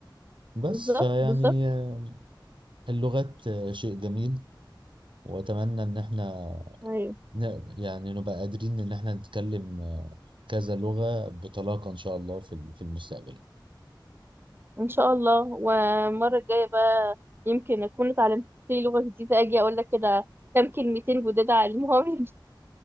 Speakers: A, on the right; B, on the right.
A: بس
B: بالظبط
A: فيعني
B: بالظبط
A: آه، اللغات آه، شيء جميل واتمنى ان احنا
B: ايوه
A: ن- يعني نبقى قادرين ان احنا نتكلم آه، كذا لغة بطلاقة ان شاء الله في في المستقبل
B: ان شاء الله والمرة الجاية بقى يمكن اكون اتعلمت لي لغة جديدة اجي اقول لك كده كام كلمتين جداد اعلمهم